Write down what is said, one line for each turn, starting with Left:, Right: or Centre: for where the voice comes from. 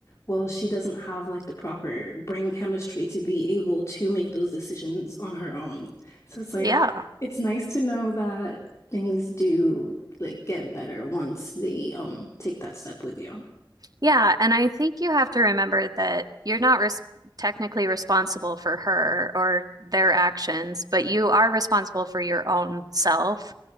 Left: well, she doesn't have like the proper brain chemistry to be able to make those decisions on her own. So it's like
Right: Yeah.
Left: it's nice to know that things do like get better once they um take that step with you.
Right: Yeah, and I think you have to remember that you're not res technically responsible for her or their actions, but you are responsible for your own self.